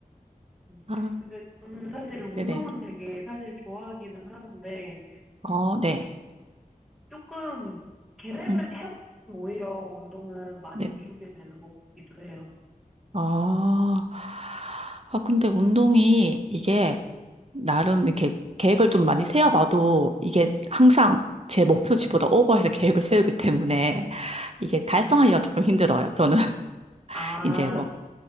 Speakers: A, in the centre; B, on the right.
A: 음,
B: 아,
A: 근데 저는 사실 운동은
B: 네네.
A: 되게 사실 좋아하기는 하는데,
B: 어, 네.
A: 조금 계획을
B: 음,
A: 세우면 오히려 운동은 많이
B: 네.
A: 미루게 되는 것 같기도 해요.
B: 아, 아, 근데 운동이 이게
A: 네.
B: 나름 이렇게 계획을 좀 많이 세워봐도 이게 항상 제 목표치보다 오버해서 계획을 세우기 때문에 이게 달성하기가
A: 네.
B: 조금 힘들어요. 저는 <laughs>
A: 아,
B: 이제 뭐,